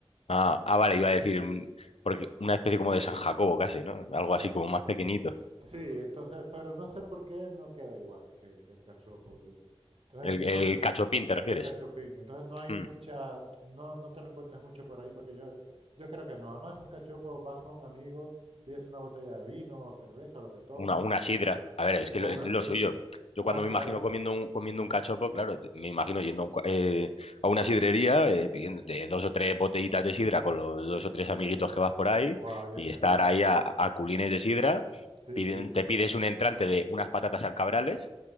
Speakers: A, on the left (about 80°); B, on the right (about 65°).
A: Ah, ah, vale, iba a decir, mm, porque una especie como de San Jacobo casi, ¿no? Algo así como más pequeñito.
B: Sí, entonces, pero no sé por qué no queda igual que, que el cachopo. eh. Entonces,
A: El,
B: no
A: el
B: es
A: cachopín, ¿te refieres?
B: el cachopín. Entonces, no hay
A: Mm.
B: mucha, no, no te lo encuentras mucho por ahí, porque yo, yo creo que no. Además, un cachopo, vas con un amigo, pides una botella de vino o cerveza, o lo que tomes,
A: Una, una sidra. A ver,
B: eh,
A: es
B: o
A: que lo,
B: una
A: lo
B: sidra.
A: suyo. Yo cuando
B: Ah, claro.
A: me imagino comiendo un, comiendo un cachopo, claro, te- me imagino yendo a, un cua- eh, a una sidrería, eh, pidiéndote dos o tres botellitas de sidra con los dos o tres amiguitos que vas por ahí
B: Guay, es
A: y
B: genial.
A: estar ahí a, a culines de sidra.
B: Sí,
A: Piden-
B: sí.
A: te pides un entrante de unas patatas al cabrales